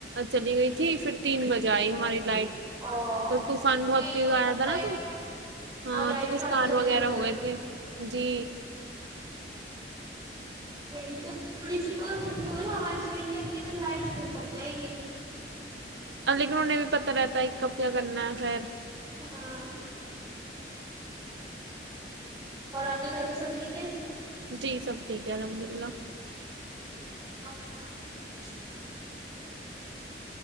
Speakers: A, on the right; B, on the right.
A: چلی گئی تھی پھر تین بجے آئی ہماری لائٹ تو
B: او
A: طوفان بہت
B: یہی
A: تیز
B: تو ہوتا
A: آیا
B: ہے
A: تھا
B: لائٹ
A: نا تو
B: کا
A: ہاں
B: لائٹ
A: تو کچھ
B: فورن
A: تار
B: چلی
A: وغیرہ
B: جاتی
A: ہو
B: ہے
A: گئے تھے جی
B: وہی تو تھوڑی سی اگر کچھ بھی ہوا نا چلیں گی نا تو لائٹ سب سے پہلے جائے گی
A: انہوں نے بھی پتا رہتا ہے کب کیا کرنا ہے خیر
B: ہاں اور آپ کے گھر میں سب ٹھیک ہے
A: جی سب ٹھیک ہے الحمد للہ
B: <inaudible>